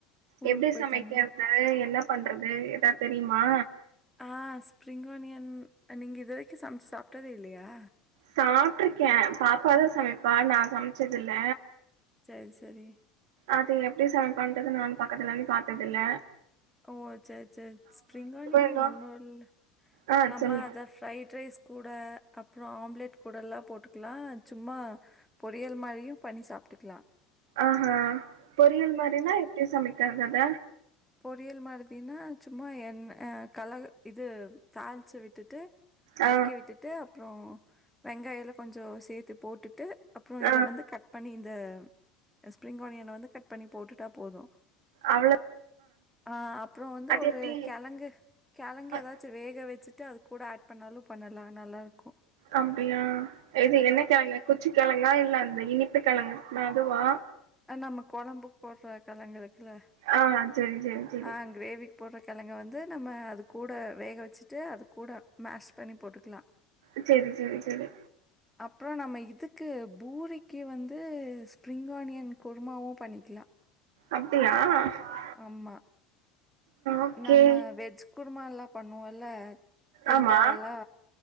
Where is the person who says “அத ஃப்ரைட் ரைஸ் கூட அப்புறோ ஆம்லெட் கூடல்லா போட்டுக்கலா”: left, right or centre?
Centre